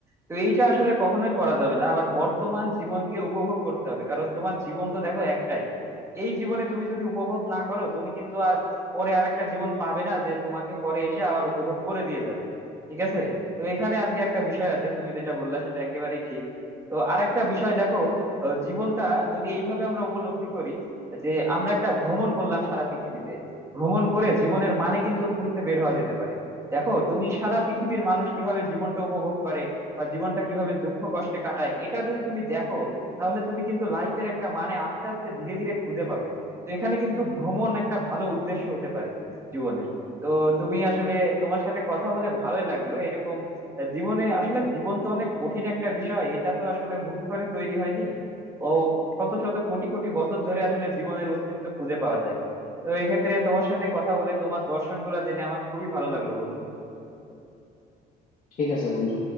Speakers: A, on the right; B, on the left.
A: তো এইটা আসলে কখনোই করা যাবে না আমার বর্তমান জীবনকে উপভোগ করতে হবে কারণ তোমার জীবন তো দেখো একটাই এই জীবনে তুমি যদি উপভোগ না করো তুমি কিন্তু আর পরে আর একটা জীবন পাবে না যে তোমাকে পরে এসে আবার উপভোগ করে দিয়ে যাবে ঠিক আছে তো এখানে আর কি একটা বিষয় আছে তুমি যেটা বললা সেটা একেবারেই ঠিক তো আরেকটা বিষয় দেখো আহ, জীবনটা যদি এইভাবে আমরা উপলব্ধি করি যে আমরা একটা ভ্রমণ করলাম সারা পৃথিবীতে ভ্রমণ করে জীবনের মানে কিন্তু খুঁজতে বের হওয়া যেতে পারে দেখো তুমি সারা পৃথিবীর মানুষ কিভাবে জীবনটা উপভোগ করে বা জীবনটা কিভাবে দুঃখ কষ্টে কাটায় এটা যদি তুমি দেখো তাহলে তুমি কিন্তু লাইফের একটা মানে আস্তে আস্তে ধীরে ধীরে খুঁজে পাবে তো এখানে কিন্তু ভ্রমণ একটা ভালো উদ্দেশ্য হতে পারে জীবনের তো তুমি আসলে তোমার সাথে কথা বলে ভালোই লাগলো এরকম জীবনে আসলে জীবন তো অনেক কঠিন একটা বিষয় এটা তো আসলে হুট করে তৈরি হয়নি ও শত শত কোটি কোটি বছর ধরে আসলে জীবনের অস্তিত্ব খুঁজে পাওয়া যায় তো এক্ষেত্রে তোমার সাথে কথা বলে তোমার দর্শন গুলা জেনে আমার খুবই ভালো লাগলো বন্ধু
B: ঠিক আছে বন্ধু